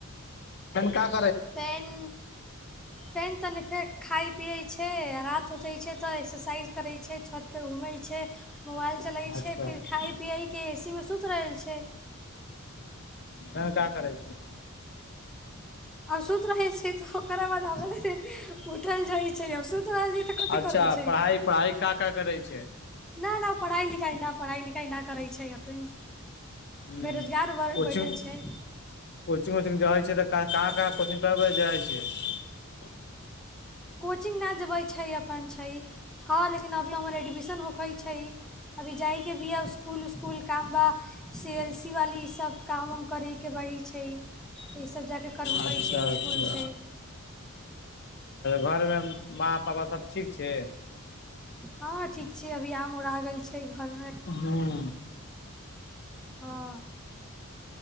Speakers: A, on the left (about 50°); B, in the centre.
A: <unintelligible>
B: फेन फेन तनि फेर खइ पियैत छै रात हो जाइत छै तऽ एक्सरसाइज करैत छै छतपे घूमैत छै मोबाइल चलैत
A: अच्छा
B: छै
A: हूँ
B: फेर खाइ पिय केय के एसी में सुत रहल छै
A: फेन का करै छी
B: आ सुत रहै छै तऽ ओकरा बाद अगेिन उठल जाइ छै सुति रहल छै तऽ कथि
A: अच्छा
B: कर रहल छै
A: पढ़ाइ पढ़ाइ का का करै छै
B: नहि नहि पढ़ाई लिखाई नहि पढ़ाई लिखाई नहि करे छै <unintelligible>
A: हूँ
B: बेरोजगार ब
A: कोचिंग
B: बैठल छै
A: कोचिंग उचिंग जाइ छ तऽ कहाँ कहाँ कोचिंग कर जाइ छ
B: कोचिंग न जबै छै अपन छै हँ लेकिन अभी हमर एडमिशन होक छै अभी जाय के भी ह स्सकुल उस्कुल कामबा सी एल सी वाली सब काम उम करै के बड़ी छै तऽ ई सब जाकऽ करबै
A: अच्छा
B: छै इस्कुल
A: अच्छा
B: से
A: घर में माँ पापा सब ठीक छै
B: हँ ठीक छ अभी आम ओर आ गेल छै घर में
A: हूँ
B: हँ